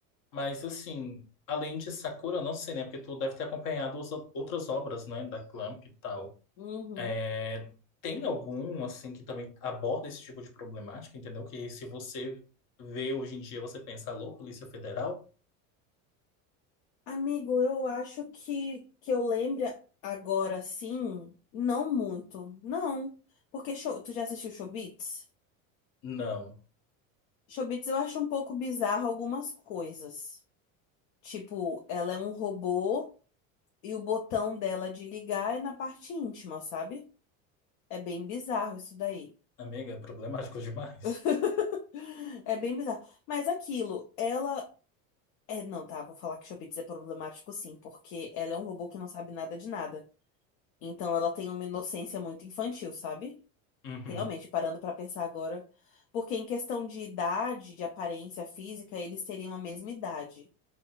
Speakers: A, on the left (about 50°); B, on the left (about 80°).
A: Mas assim, além de Sakura, eu não sei, né? Porque tu deve ter acompanhado os- outras obras, né? Da Clamp e tal.
B: Uhum.
A: É, tem algum, assim, que também aborda esse tipo de problemática, entendeu? Que se você vê hoje em dia, você pensa, alô, Polícia Federal?
B: Amigo, eu acho que que eu lembre agora sim, não muito. Não, porque Sho- tu já assistiu Chobits?
A: Não.
B: Chobits eu acho um pouco bizarro algumas coisas. Tipo, ela é um robô e o botão dela de ligar é na parte íntima, sabe? É bem bizarro isso daí.
A: Amiga, é problemático <laughs> demais.
B: <laughs> É bem bizarro. Mas aquilo, ela. É, não, tá, vou falar que Chobits é problemático sim, porque ela é um robô que não sabe nada de nada. Então ela tem uma inocência muito infantil, sabe?
A: Uhum,
B: Realmente, parando pra pensar agora. Porque em questão de idade, de aparência física, eles teriam a mesma idade.